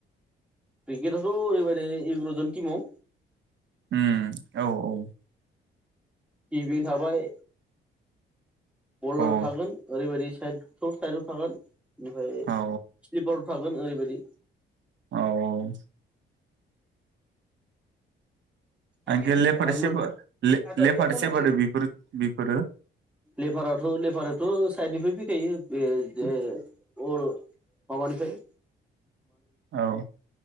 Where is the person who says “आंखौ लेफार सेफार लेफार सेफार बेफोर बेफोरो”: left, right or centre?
Right